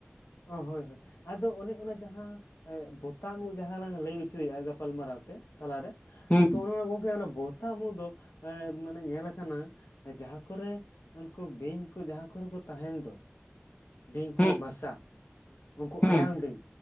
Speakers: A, on the left (about 80°); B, on the left (about 35°).
A: ᱚ ᱦᱳᱭ ᱦᱳᱭ ᱾ ᱟᱫᱚ ᱚᱱᱮ ᱚᱱᱟ ᱡᱟᱦᱟᱸ ᱵᱚᱛᱟᱢ ᱩᱫ ᱡᱟᱦᱟᱸ ᱞᱟᱝ ᱞᱟᱹᱭ ᱚᱪᱚᱭᱮᱫᱼᱟ ᱜᱟᱯᱟᱞ ᱢᱟᱨᱟᱣ ᱛᱮ, ᱛᱟᱞᱟᱨᱮ
B: ᱦᱩᱸ
A: ᱛᱚ ᱚᱱᱮᱚᱱᱟ ᱜᱚᱢᱠᱮ ᱚᱱᱟ ᱵᱚᱛᱟᱢ ᱩᱫᱽ ᱫᱚ ᱮ ᱢᱟᱱᱮ ᱧᱮᱞ ᱠᱟᱱᱟ ᱡᱟᱦᱟ ᱠᱚᱨᱮ ᱩᱱᱠᱩ ᱵᱤᱧ ᱠᱚ ᱡᱟᱦᱟ ᱠᱚᱨᱮ ᱠᱚ ᱛᱟᱦᱮᱱ ᱫᱚ᱾ ᱵᱤᱧ ᱠᱚᱣᱟᱜ
B: ᱦᱩᱸ
A: ᱵᱟᱥᱟ ᱩᱱᱠᱩ
B: ᱦᱩᱸ
A: ᱟᱭᱟᱝ ᱵᱤᱧ